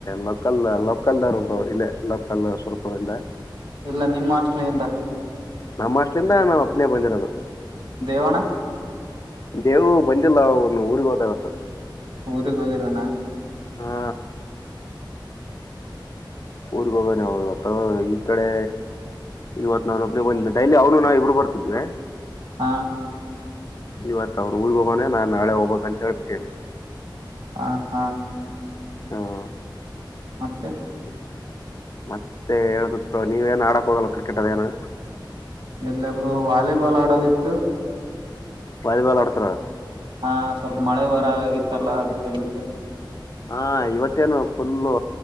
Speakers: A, on the left (about 45°); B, on the right (about 75°).
A: ಲೋಕಲ್ ಲೋಕಲ್ ಇಲ್ಲ ಲೋಕಲ್ ಸ್ವರಪದಿಂದ
B: ಎಲ್ಲ ನಿಮ್ಮ ಆಶಲೆಯಿಂದ
A: ನಮ್ಮ್ ಅಷ್ಟಲಿಂದ ನಾವು ಅಬ್ನೇ ಬಂದಿರೋದು
B: ದೇವಣ
A: ದೇವು ಬಂದಿಲ್ಲ ಅವನು ಊರ್ರಿಗೆ ಹೋದಾಗತ್ತು
B: ಊರಿಗಾ ಹೋಗಿದ್ದಾನ
A: ಹಾ ಊ ಬಗಾನ ಅಥ ಈ ಕಡೆ ಇವತ್ ನು ಒಬ್ಪ್ನೆ ಬಂದ ಡೈಲಿ ಅವ್ನು ನಾವವು ಇಬ್ರು ಬರ್ತಿದ್ವಿ
B: ಹಾ
A: ಇವತ್ ಅವ್ನು ಊರ್ಗ್ ಹೋಗಾನೆ ನಾನ್ ನಾಳೆ ಹೋಗ್ಬೇಕಕ್ಂತ ಹೇಳ್ಬಿಟ್ಟೇನೆ
B: ಹಾ ಹಾ
A: ಹಾಂ
B: ಮತ್ತೆ
A: ಮತ್ತೆ ಹೇಬೇಕ ನೀವೇಏನ್ ಆಡಕ್ ಹೋಗಲ್ಲ ಕ್ರಿಕೆಟ್ ಅದ ಏನ
B: ಇಲ್ಲಿ ಬ್ರೋ ವಾಲಿಬಾಲ್ ಆಡೋದಿತ್ತು
A: ವಾಲಿ ಬೇಲ್ ಆಡ್ತೀರಾ
B: ಹಾ ಸ್ವಲ್ಪ ಮಳೆ ವರ ಆಗಿತ್ತಲ್ಲ ಅದಕ್ಕೆ ಬಿಟ್ಟು
A: ಹಾ ಇವತ್ತೇನು ಫುಲ್ಲ